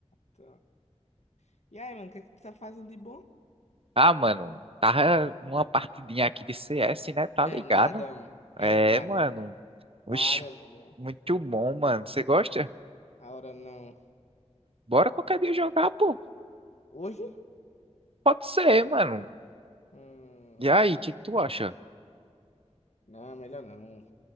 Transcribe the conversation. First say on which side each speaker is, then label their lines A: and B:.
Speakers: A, on the left; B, on the right.
A: Tá. E aí, mano, o que é que tu tá fazendo de bom?
B: Ah, mano, tava numa partidinha aqui de CS, né? Tá
A: É
B: ligado?
A: nada, mano. É
B: É,
A: nada.
B: mano, oxe,
A: Para, meu.
B: muito bom, mano. Você gosta?
A: A hora não.
B: Bora qualquer dia jogar, pô.
A: Hoje?
B: Pode ser, mano.
A: Hum,
B: E aí, o que que tu acha?
A: não, melhor não.